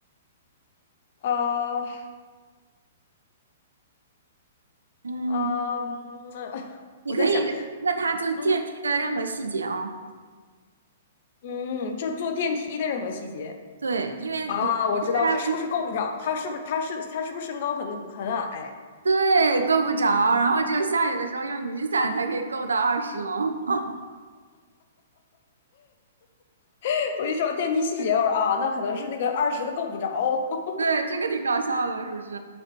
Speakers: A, on the left; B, on the right.
A: 啊，
B: 嗯，
A: 嗯，<laughs>
B: 你可以问他坐电梯的任何细节哦。
A: 我在想。嗯，嗯，就是坐电梯的任何细节。
B: 对，因为我它
A: 啊，我知道他是不是够不着，他是不是他是他是不是身高很很矮？
B: 对够不着，然后只有下雨的时候用雨伞才可以够到二十楼。<laughs>
A: <laughs> 我一说到电梯细节，我说啊，那可能是那个二十的够不着。<laughs>
B: 对，这个挺搞笑的，是不是？